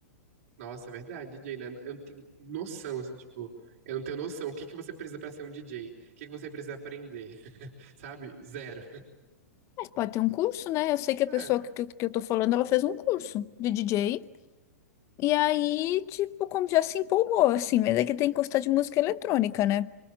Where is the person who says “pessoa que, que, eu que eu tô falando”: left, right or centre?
Left